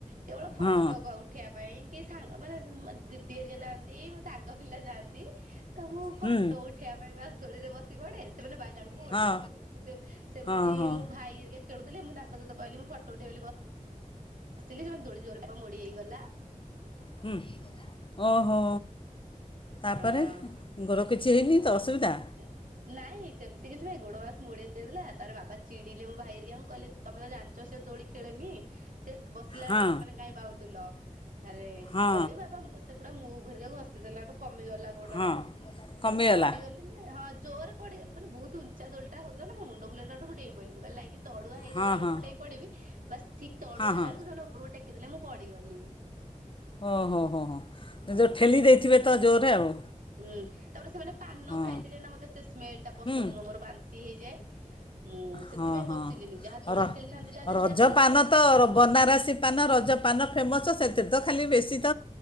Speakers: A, on the right; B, on the left.
A: କେବଳ ଫଟୋ
B: ହଁ
A: ଉଠା ଉଠିବା ପାଇଁ କି ସାଙ୍ଗ ମାନେ ମୋ ଦିଦି ଏରିକ ଯାଆନ୍ତି ମୋ ସାଙ୍ଗ ପିଲା ଯାଆନ୍ତି ତ ମୁଁ ଫଟୋ
B: ହୁଁ
A: ଉ ଠାଇବା ପାଇଁ ବାସ୍ ଦୋଳିରେ ବସି ପଡେ, ସେମାନେ ବାଇଲା ବେଳକୁ ମୁଁ
B: ହଁ
A: ଓଲେଇ ପଡେ। ସେମିତି
B: ହଁ ହଁ
A: ମୁଁ ଭାଇ ହେରୀକା ଖେଳୁଥିଲେ ମୁଁ ତାଙ୍କ ସହିତ କହିଲି ମୁଁ ଫୋଟ ଉଥେଇବି ବସିଥିଲି ସେମାନେ ଦୋଳି ଜୋରରେ ପା ମୋଡି ହେଇଗଲା।
B: ହୁଁ ଓହୋ ତାପରେ
A: ହଁ।
B: ଗର କିଛି ହେଇନି ତ ଅସୁବିଧା।
A: ଏ ନାଇଁ ସେମିତି କିଛି ନାହିଁ, ଗୋଡ଼ ବାସ ମୋଡ଼େଇ ହେଇଥିଲା ତାର ବାବା ଚିଡ଼ିଲେ ମୋ ଭାଇ ହେରିକା ଙ୍କୁ କହିଲେ ତମେ ତ ଜାଣି ଛ ସେ ଦୋଳି ଖେଳେନି। ସେ ବସିଲା
B: ହଁ
A: ବେଳେ ତମେ କାଇହିଁ ବାହୁଥିଲ? ତାରେ
B: ହଁ
A: ଗଲି ବାବା ସେଗୁଡା ମୁଭ ହେରିକା ଘଷି ଦେଲାଠୁ କମିଗଲା। ଗୋଡଟା
B: ହଁ କମିଗଲା
A: ପଡିଗଲେ ହଁ ଜୋରରେ ପଡିଗଲି ବହୁତ ଉଞ୍ଚା ଦୋଳିଟା ହେଉଥିଲା ନା ମୋ ମୁଣ୍ଡ ବୁଲେଇଲାଠୁ ମୁଁ ଡେଇ ପଡ଼ିଲି। ମୁଁ କହିଲି ନାହିଁ କି ତଳୁଆ ହେଇଗଲା
B: ହଁ
A: ବେଳକୁ
B: ହଁ
A: ମୁଁ ଡେଇଁ ପିଡିବି ବସ୍ ଠିକ୍ ତଳୁଆ
B: ହଁ
A: ହେଲା
B: ହଁ
A: ବେଳକୁ ସେ ଉପରକୁ ଟେକିଦଲେ ମୁଁ ପଡିଗଲି।
B: ଓ ହୋ ହୋ ହୋ
A: ହଁ
B: ଯେଉଁ ଠେଲି ଦେଇଥିବେ ତ ଜୋରରେ ଆଉ।
A: ହୁଁ ତାପରେ ସେମାନେ ପାନ
B: ହଁ
A: ଖାଇଥିଲେ ନା ମତେ ସେ ସ୍ମେଲ ଟା ପସନ୍ଦ
B: ହୁଁ
A: ନୁହଁ ମୋର ବାନ୍ତି ହେଇଯାଏ। ମୁଁ ସେଥିପାଇଁ
B: ହଁ ହଁ
A: ବସିଲିନି ଯାହା ଦୋଳି
B: ର
A: ଖେଳିଥାନ୍ତି ଯାହା ଯେମିତି
B: ରଜ
A: ଆଖିବୁ ସେ
B: ପାନ
A: ସେମାନେ
B: ତ ବନାରସୀ ପାନ ରଜ ପାନ ଫେମସ୍ ସେଥିରେ ତ ଖାଲି ବେଶୀ ତ